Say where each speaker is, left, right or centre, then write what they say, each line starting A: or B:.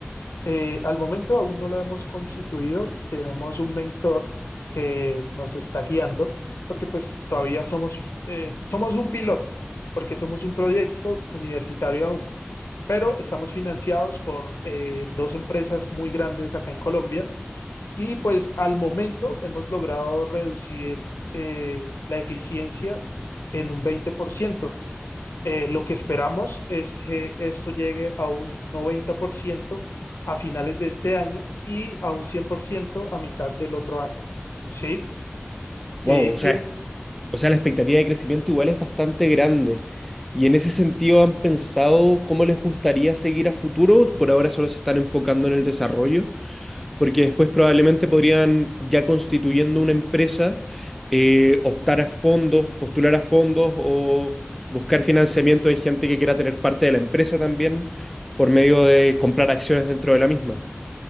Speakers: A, on the left; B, in the centre.
A: Eh, al momento aún no lo hemos constituido, tenemos un mentor que nos está guiando, porque pues todavía somos, eh, somos un piloto, porque somos un proyecto universitario aún, pero estamos financiados por eh, dos empresas muy grandes acá en Colombia y pues al momento hemos logrado reducir eh, la eficiencia en un 20%. Eh, lo que esperamos es que esto llegue a un 90% a finales de este año y a un 100% a mitad del otro año. ¿Sí?
B: Wow,
A: Eh,
B: o sea
A: y,
B: O sea, la expectativa de crecimiento igual es bastante grande. Y en ese sentido, ¿han pensado cómo les gustaría seguir a futuro? Por ahora solo se están enfocando en el desarrollo, porque después probablemente podrían, ya constituyendo una empresa, eh, optar a fondos, postular a fondos o buscar financiamiento de gente que quiera tener parte de la empresa también por medio de comprar acciones dentro de la misma.